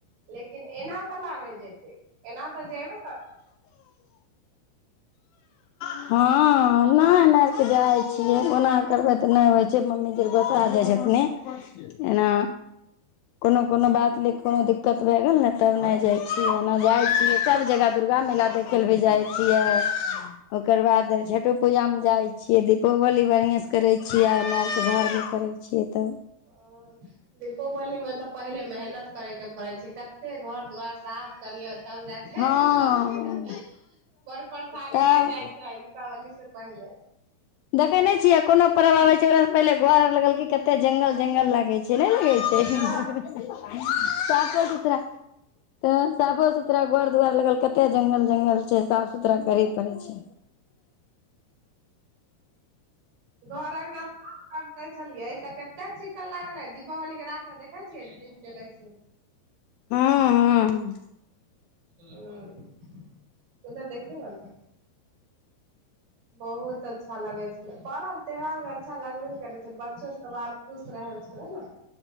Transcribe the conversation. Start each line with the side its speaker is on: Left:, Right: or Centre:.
Right: लेकिन एना कना नै जेतै एना तऽ जेबे करतै।
Left: हँ नहि नहि से जाय छियै ओना करबै त नहि होय छैय मम्मी एक गोटा जे छथिने एना कोनो कोनो बात ले कोनो दिक्कत भए गेल ने तब नहि जाइ छियै एना जाइ छियै सब जगह दुर्गा मेला देखै लए भी जाइ छियै। यऽ ओकर बाद छठो पूजामे जाइ छियै दीपोवली बढ़िएँसँ करै छियै। मारिते झाड़ झूर करै छियै तऽ।
Right: ओ दीपवलीमे तऽ पहिले मेहनत करयके पड़ै छैय कते घर दुआर साफ करियो तब जा कऽ
Left: हँ
Right: दीपावलीके बड़ परेशानी
Left: तब
Right: भए जाइ छैय दीपावली से पहिले।
Left: देखेने छियै। कोनो परव आबै छै ओकरासँ पहिले घर आर लगलकै कते जंगल जंगल लागै छैय नै लगै छैय।
Right: हँ
Left: साफो सुथरा तऽ साफो सुथरा घर दुआर लगल कते जंगल जंगल छैय साफ सुथरा करै पड़ै छैय।
Right: घर अंगना साफ करै छलियै तऽ कते चिक्कन लागलै दीपावली के रात मे देखै छियै दीप जलै छैय।
Left: हँ हँ।
Right: ह <unintelligible> बहुत अच्छा लगै छैय पर्व त्यौहारमे अच्छा लगबे ने करै छैय बच्चो सब आर खुश रहल छलै न।